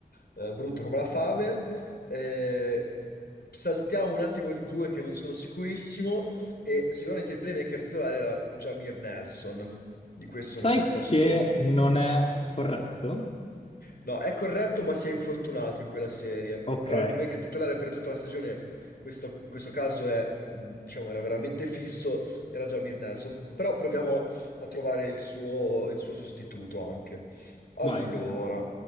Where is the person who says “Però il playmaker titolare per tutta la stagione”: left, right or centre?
Left